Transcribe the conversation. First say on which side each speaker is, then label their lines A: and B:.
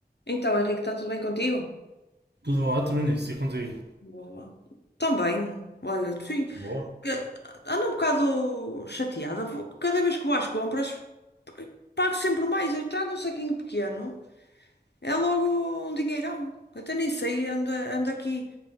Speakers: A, on the left; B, on the right.
A: Então, Henrique, está tudo bem contigo?
B: Tudo ótimo, nisso, e contigo?
A: Boa. Também. Olha, sim,
B: Boa.
A: que- ando um bocado chateada. vou- Cada vez que vou às compras, p- pago sempre mais. Eu trago um saquinho pequeno, é logo um dinheirão. Até nem sei, ando, ando aqui